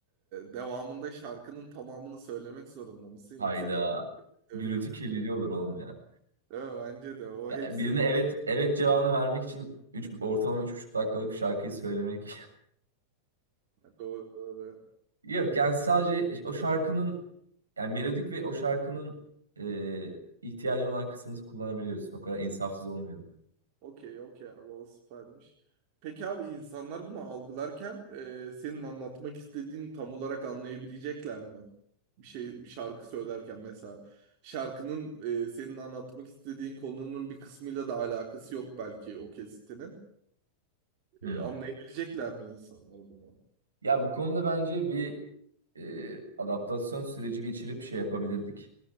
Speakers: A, on the right; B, on the right.
A: devamında şarkının tamamını söylemek zorunda mısın?
B: Hayda.
A: Yoksa kim söyleyebilir?
B: Gürültü kirliliği olur oğlum ya.
A: Değil mi? Bence de o
B: Ya
A: hepsini
B: birine evet evet cevabını vermek için üç, ortalama üç buçuk dakikalık bir şarkıyı söylemek.
A: söyle. Doğru doğru.
B: <laughs> Yok yani sadece o şarkının yani melodik ve o şarkının e, ihtiyacı olan kısmını kullanabiliyorsun. O kadar insafsız olmayalım.
A: Okey okey abi o süpermiş. Peki abi insanlar bunu algılarken e, senin anlatmak istediğini tam olarak anlayabilecekler mi? Bir şey bir şarkı söylerken mesela şarkının e, senin anlatmak istediğin konunun bir kısmıyla da alakası yok belki o kesitinin.
B: Hmm.
A: E, anlayabilecekler mi insanlar bunu?
B: Ya bu konuda bence bir e, adaptasyon süreci geçirip şey yapabilirdik.